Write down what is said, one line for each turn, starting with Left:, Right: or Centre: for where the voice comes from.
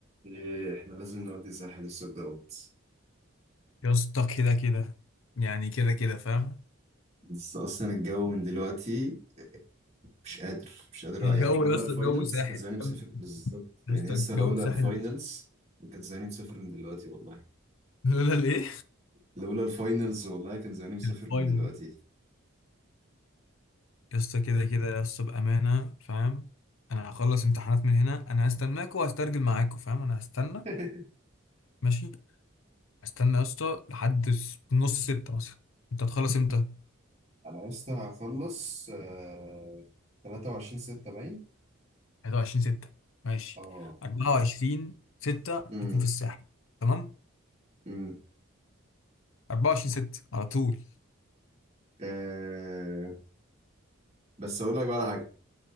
Right: إيه، احنا لازم نودي ساحل الصيف دوت
Left: يا اسطى كده كده يعني كده كده فاهم
Right: بس اصلا الجو من دلوقتي مش قادر مش قادر
Left: الجو
Right: يعني لولا
Left: يا اسطى
Right: الفاينلز
Left: الجو ساحل
Right: كان زماني مسافر
Left: فاهم؟
Right: بالظبط يعني
Left: يا اسطى
Right: لسه
Left: الجو
Right: لولا
Left: ساحل
Right: الفاينلز كان زماني مسافر من دلوقتي والله
Left: لولا الايه
Right: لولا الفاينلز والله كان زماني مسافر
Left: الفاينل
Right: من دلوقتي
Left: يا اسطى كده كده يا اسطى بامانه فاهم انا هخلص امتحانات من هنا انا هستناكوا وهسترجل معاكوا فاهم انا هستنى
Right: <laughs>
Left: ماشي هستنى يا اسطى لحد س- نص ستة مثلا انت هتخلص امتى
Right: انا لسه هخلص آه 23 6 باين
Left: 21 ستة ماشي
Right: اه
Left: 24 ستة
Right: امم
Left: نكون في الساحل تمام
Right: امم
Left: 24 ستة على طول
Right: آه بس اقول لك بقى على حاجه